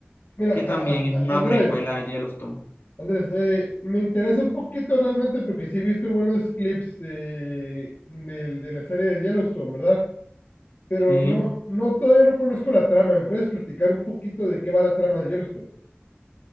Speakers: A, on the left; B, on the left.
A: Mira,
B: que
A: a-
B: también
A: a-
B: es
A: a-
B: una
A: Andrés,
B: precuela a Yellowstone.
A: Andrés, eh, me interesa un poquito realmente porque sí he visto buenos clips de, del- de la serie de Yellowstone, ¿verdad? Pero
B: Sí.
A: no, no, todavía no conozco la trama. ¿Me puedes platicar un poquito de qué va la trama de Yellowstone?